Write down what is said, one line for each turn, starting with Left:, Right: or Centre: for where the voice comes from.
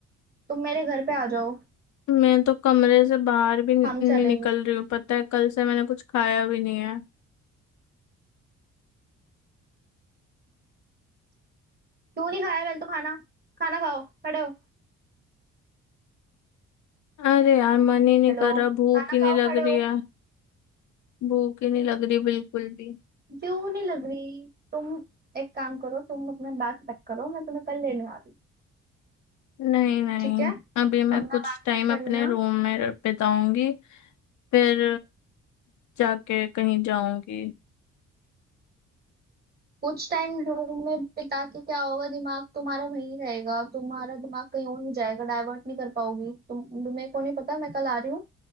Right: तुम मेरे घर पे आ जाओ
Left: मैं तो कमरे से बाहर भी नि-
Right: हम
Left: नहीं
Right: चलेंगे
Left: निकल रही हूँ पता है कल से मैंने कुछ खाया भी नहीं है
Right: क्यों नहीं खाया पहले तो खाना खाना खाओ खड़े हो
Left: अरे यार मन ही नहीं
Right: हेलो
Left: कर रहा भूख
Right: खाना
Left: ही
Right: खाओ
Left: नहीं लग
Right: खड़े
Left: रही
Right: हो
Left: है भूख ही नहीं लग रही बिल्कुल भी
Right: क्यों नहीं लग रही तुम एक काम करो तुम अपना बैग पैक करो मैं तुम्हें कल लेने आ रही हूँ
Left: नहीं नहीं
Right: ठीक है
Left: अभी
Right: अपना
Left: मैं कुछ
Right: बैग
Left: टाइम
Right: पैक कर
Left: अपने
Right: लेना
Left: रूम में र- बिताऊंगी फिर जाके कहीं जाऊंगी
Right: कुछ टाइम रूम में बिता के क्या होगा दिमाग तुम्हारा वहीं रहेगा तुम्हारा दिमाग कहीं और नहीं जाएगा डाइवर्ट नहीं कर पाओगी तुम मेरे को नहीं पता मैं कल आ रही हूँ